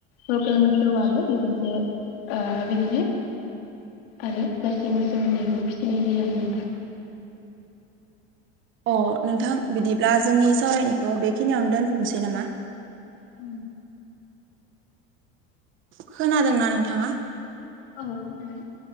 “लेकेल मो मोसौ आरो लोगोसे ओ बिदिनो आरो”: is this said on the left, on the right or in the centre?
Left